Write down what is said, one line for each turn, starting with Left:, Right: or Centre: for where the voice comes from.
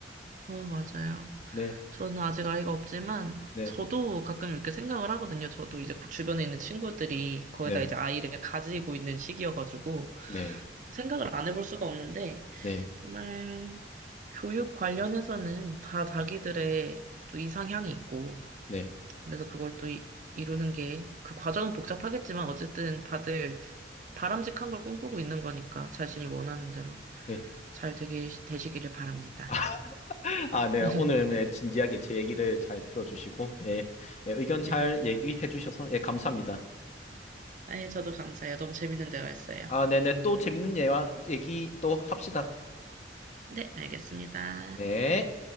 Right: 어, 맞아요.
Left: 네,
Right: 저는 아직 아이가 없지만,
Left: 네,
Right: 저도 가끔 이렇게 생각을 하거든요. 저도 이제 그 주변에 있는 친구들이 거의
Left: 네,
Right: 다 이제 아이를 가지고 있는 시기여가지고,
Left: 네,
Right: 생각을 안 해볼 수가 없는데,
Left: 네,
Right: 정말 교육 관련해서는 다 자기들의 또 이상향이 있고,
Left: 네,
Right: 그래서 그걸 또 이, 루는 게, 그 과정은 복잡하겠지만, 어쨌든 다들 바람직한 걸 꿈꾸고 있는 거니까, 자신이 원하는 대로
Left: 네.
Right: 잘 되기, 되시기를 바랍니다.
Left: <laughs> 아, 네,
Right: <laughs>
Left: 오늘 네, 진지하게 제 얘기를 잘 들어주시고, 예, 예, 의견 잘
Right: 네.
Left: 얘기해 주셔서, 예, 감사합니다.
Right: 아예 저도 감사해요. 너무 재밌는 대화였어요.
Left: 아, 네네, 또 재밌는 예와 얘기 또 합시다.
Right: 네, 알겠습니다.
Left: 네.